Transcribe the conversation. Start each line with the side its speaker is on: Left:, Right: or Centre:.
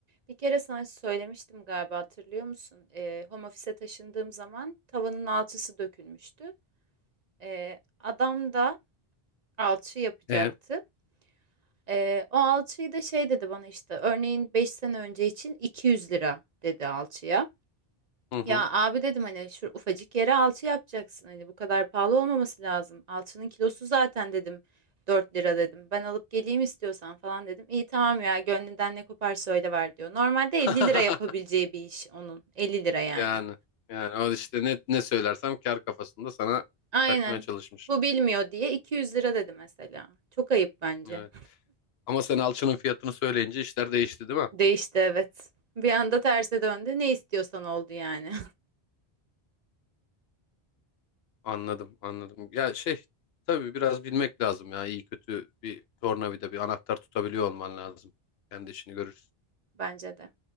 Right: Bir kere sana söylemiştim galiba hatırlıyor musun? Ee, home office'e taşındığım zaman tavanın alçısı dökülmüştü. Ee, adam da alçı yapacaktı.
Left: E?
Right: Ee, o alçıyı da şey dedi bana işte örneğin 5 sene önce için 200 lira dedi alçıya.
Left: Hı hı.
Right: Ya abi dedim hani şu ufacık yere alçı yapacaksın hani bu kadar pahalı olmaması lazım. Alçının kilosu zaten dedim dört lira dedim. Ben alıp geleyim istiyorsan falan dedim. İyi tamam ya gönlünden ne koparsa öyle ver diyor. Normalde 50
Left: <laughs>
Right: lira yapabileceği bir iş onun. 50 lira yani.
Left: Yani yani o işte ne ne söylersem kar kafasında sana
Right: Aynen.
Left: çakmaya çalışmış.
Right: Bu bilmiyor diye 200 lira dedi mesela. Çok ayıp bence.
Left: Evet. Ama sen alçının fiyatını söyleyince işler değişti değil mi?
Right: Değişti evet. Bir anda terse döndü. Ne istiyorsan oldu yani.
Left: Anladım, anladım. Ya şey, tabii biraz bilmek lazım ya. İyi kötü bir tornavida, bir anahtar tutabiliyor olman lazım. Kendi işini görürsün.
Right: <laughs> Bence de.